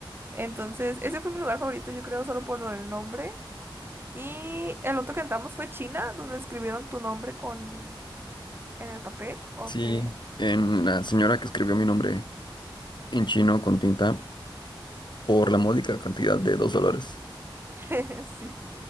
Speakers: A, on the right; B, on the left.
A: Entonces, ese fue mi lugar favorito, yo creo, solo por lo del nombre. Y el otro que entramos fue China, donde escribieron tu nombre con en el papel, o
B: Sí,
A: qué
B: en la señora que escribió mi nombre en chino con tinta por la módica cantidad de dos dólares.
A: <laughs> sí.